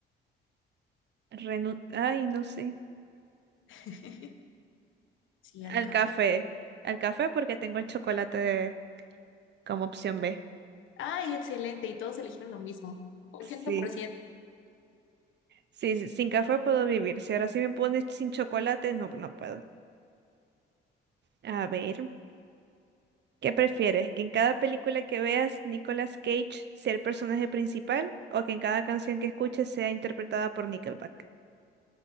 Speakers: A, on the right; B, on the left.
A: renu- ay, no sé.
B: <laughs> Sí,
A: Al
B: al café.
A: café. Al café porque tengo el chocolate de- como opción B.
B: Ay, excelente. Y todos eligieron lo mismo. ochenta
A: Sí.
B: por ciento.
A: Sí, sí, sin café puedo vivir. Si ahora sí me pones sin chocolate, no, no puedo. A ver, ¿qué prefieres? ¿Que en cada película que veas Nicolas Cage sea el personaje principal o que en cada canción que escuches sea interpretada por Nickelback?